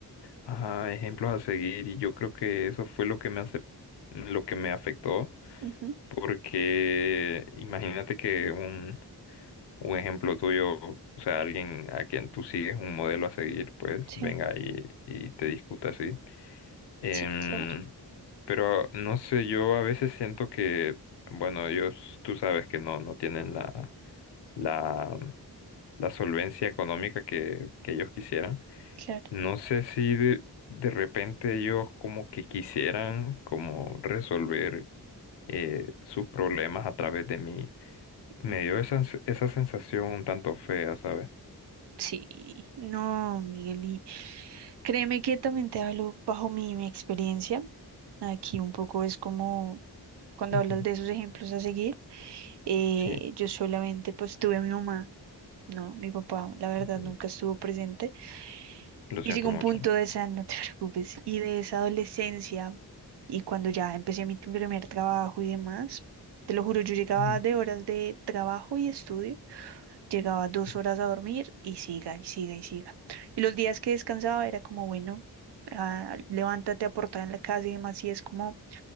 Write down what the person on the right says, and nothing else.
Ujú,
sí,
sí, claro,
claro.
ujú.
Sí, no, Miguel, y, Créeme que también te hablo bajo mi, mi experiencia. Aquí un poco es como cuando
hablas de esos ejemplos a seguir. eh,
yo solamente pues tuve a mi mamá, ¿no? Mi papá, la verdad,
nunca estuvo presente.
Y
llegó un
punto de esa, no te <laughs> preocupes, y de esa adolescencia y cuando ya empecé mi primer trabajo y demás, te lo juro, yo llegaba
de horas de trabajo y estudio Llegaba dos
horas a dormir y siga y siga y siga. Y los días que descansaba era como, bueno, ah, levántate a aportar en la casa y demás. Y es como